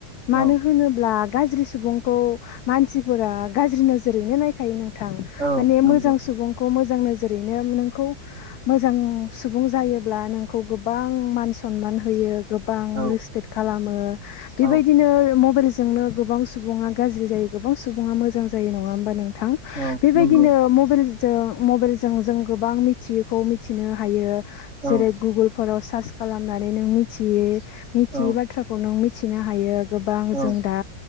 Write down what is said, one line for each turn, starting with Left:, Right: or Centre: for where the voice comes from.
Left: मानो
Right: औ
Left: होनोब्ला गाज्रि सुबुंखौ मानसिफोरा गाज्रि नोजोरैनो नायखायो नोंथां
Right: औ
Left: माने
Right: नंगौ
Left: मोजां खौ मोजां नोजोरैनो नोंखौ मोजां सुबुं जायोब्ला नोंखौ गोबां मानसि सन्मान होयो गोबां
Right: औ
Left: रेसपेक्ट खालामो बेबायदिनो
Right: औ
Left: मबेल जोंनो गोबां सुबुङा गाज्रि जायो गोबां सुबुङा मोजां जायो नङा होमबा नों थां
Right: औ
Left: बेबायदिनो
Right: नंगौ
Left: मबाइल जों मबाइलजों जों गोबां मिथियैखौ मिथिनो हायो
Right: औ
Left: जेरै- गुगोलफोराव सार्च खालामनानै नों मिथियै मिथियै
Right: औ
Left: बाथ्राखौ नों मिथिनो हायो। गोबां
Right: औ
Left: जों दा